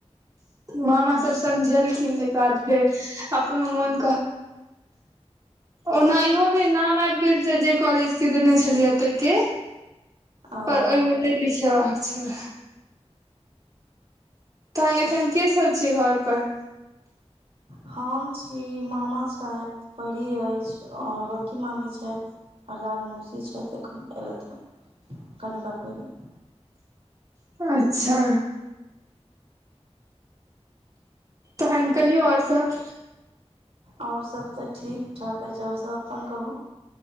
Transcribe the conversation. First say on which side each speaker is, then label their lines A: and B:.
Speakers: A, on the right; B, on the right.
A: मामा सब समझेलखिन तेकर बाद फेर अपनो मोन ओना इहो मे नाम आब गेल जे कॉलेज के देने छलियै तै के
B: ओ
A: पर ओहिमे नहि लिखेबाक छलए तहन एखन के सब छै घर पर
B: हम छी मामा छथि परी अछि और बड़की मामी छथि आ लाल मौसी छथिऽ एखन एयलथ कनि काल पहिले
A: अच्छा तहन कहियो और सब
B: ओर सब तऽ ठीक ठाक अछि छै ओर सब अपन कहू